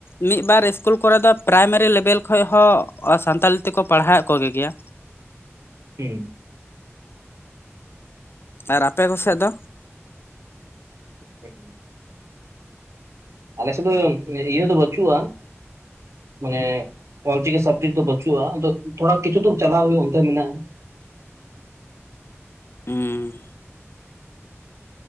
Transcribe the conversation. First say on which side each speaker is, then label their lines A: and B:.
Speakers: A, on the left; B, on the right.
A: ᱢᱤᱫ ᱵᱟᱨ ᱤᱥᱠᱩᱞ ᱠᱚᱨᱮᱫᱚ ᱯᱨᱟᱭᱢᱟᱨᱤ ᱞᱮᱵᱮᱞ ᱠᱷᱚᱡ ᱦᱚᱸ ᱥᱟᱱᱛᱟᱞᱤ ᱛᱮᱠᱚ ᱯᱟᱲᱦᱟᱣᱮᱫ ᱠᱚᱜᱮ ᱜᱮᱭᱟ᱾
B: ᱦᱩᱸ
A: ᱟᱨ ᱟᱯᱮ ᱠᱚᱥᱮᱫ ᱫᱚ
B: ᱦᱮᱸ <unintelligible> ᱟᱞᱮ ᱥᱮᱫ ᱫᱚ ᱤᱭᱟᱹ ᱫᱚ ᱵᱟᱹᱪᱩᱜᱼᱟ ᱢᱟᱱᱮ ᱚᱞ ᱪᱤᱠᱤ ᱥᱟᱵᱡᱮᱠᱴ ᱫᱚ ᱵᱟᱹᱪᱩᱜᱼᱟ ᱟᱫᱚ ᱛᱷᱚᱲᱟ ᱠᱤᱪᱷᱩ ᱫᱩᱨ ᱪᱟᱞᱟᱣ ᱦᱩᱭᱩᱜ ᱚᱱᱛᱮ ᱢᱮᱱᱟᱜᱼᱟ
A: ᱦᱚᱸ